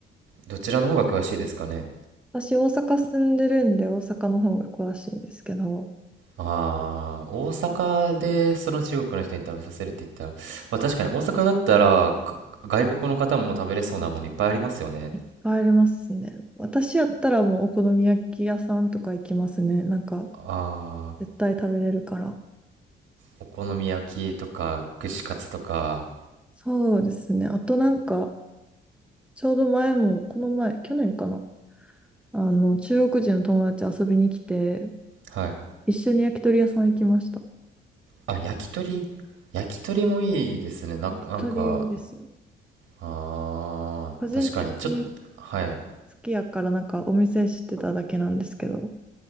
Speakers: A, on the right (about 70°); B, in the centre.
A: どちらの方が詳しいですかね。
B: 私大阪住んでるんで大阪の方が詳しいんですけど、
A: ああ、大阪でその中国の人に食べさせるって言ったら、まあ確かに大阪だったらか外国の方も食べれそうなものいっぱいありますよね。
B: いっぱいありますね。私やったらもうお好み焼き屋さんとか行きますね。なんか
A: ああ、
B: 絶対食べれるから。
A: お好み焼きとか串カツとか、
B: そうですね。あとなんか、ちょうど前も、この前、去年かな。あの、中国人の友達遊びに来て、
A: はい。
B: 一緒に焼き鳥屋さん行きました。
A: あ、焼き鳥。焼き鳥もいいですね。な、
B: 焼き鳥いいですよ。
A: なんか、ああ、
B: 個人的に好
A: 確かに。ちょっと、はい。
B: きやからなんかお店知ってただけなんですけど、